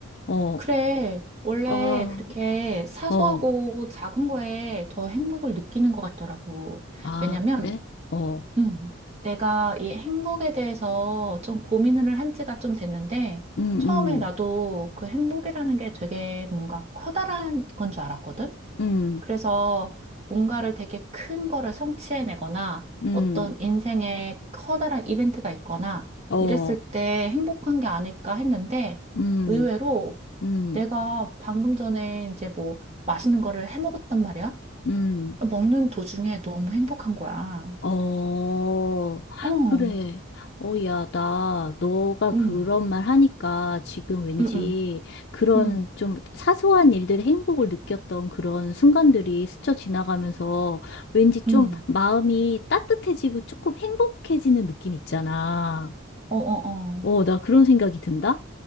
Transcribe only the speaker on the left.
어,
어,
어,
아,
그래? 어,
음,
음,
음.
음,
어,
음,
음,
음,
어,
그래.
어, 야, 나, 너가
그런 말 하니까 지금 왠지
그런
좀 사소한 일들의 행복을 느꼈던 그런 순간들이 스쳐 지나가면서 왠지 좀
마음이 따뜻해지고 조금 행복해지는 느낌 있잖아.
어, 나 그런 생각이 든다?